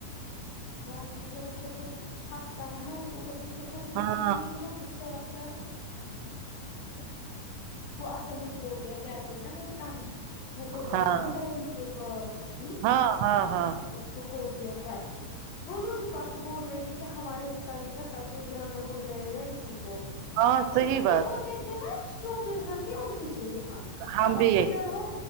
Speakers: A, on the left (about 80°); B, on the right (about 85°).
A: وارنا کیا وہر پھر ہنستا ہے نا اس اوپر سے اس کے ہنسنے
B: ہاں
A: پہ پھر مجھے اتنا غصہ آتا ہے وہ اصل میں ہو گیا گھر پہ نا وہ تنگ وہ ہوتا
B: ہاں
A: تھا نا دادی کے پاس ہی
B: ہاں ہاں ہاں
A: اس ہو گیا ہے وہ لوگ بھی پرسوں بول رہے تھے کہ ہمارے نکالنے کا سب سے زیادہ ہو جائے گا اسی کو
B: ہاں صحیح
A: کیونکہ
B: بات
A: یہ ہوتے
B: ہے
A: تھے نا چوبیس گھنٹے انہیں کے یہاں
B: ہم
A: پاپا
B: بھی یہی
A: کدھر وہ